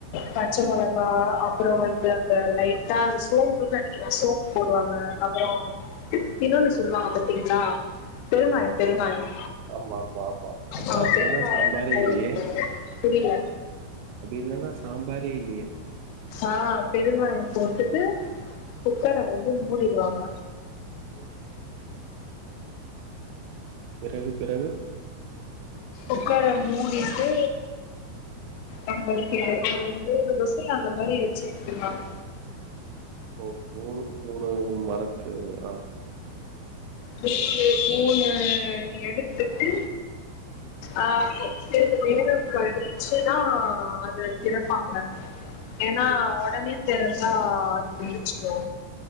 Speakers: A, on the left (about 85°); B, on the right (about 85°).
A: பச்ச மெளகாய அப்புறம் வந்து அந்த லைட்டா சோம்புன்னு நினைக்கர சோம்பு போடுவாங்க அப்புறம் இன்னொன்னு
B: ம்.
A: சொல்லுவாங்க பத்தி <unintelligible> பெருங்காயம் பெருங்காயம்
B: ஆமா ஆமா ஆமா அது
A: ஆ
B: அது
A: பெருங்காயம்
B: இல்லன்னா சாம்பாரே
A: போடுவாங்க
B: இல்லையே!
A: புரியல
B: அது இல்லனா சாம்பாரே இல்லயே
A: ஆஹ் பெருங்காய போட்டுட்டு குக்கர
B: ம்,
A: வந்து மூ டிடுவாங்க
B: ம். பிறகு பிறகு
A: உக்கர மூடிட்டு நம்ள்க்கு ஒரு மூணு <unintelligible> அந்த மாரி வெச்சு வித்துருவாங்க
B: ஓ மூணு மூணு மரக்கு ஆஹ்
A: மூணு மூணு எ எடுத்துட்டு
B: ம்,
A: ஆஹ் சிறிது நேரம் கழிச்சுதா அத திறப்பாங்க ஏனா
B: ம்.
A: உடனே திறந்தா அது வெடிச்சிடு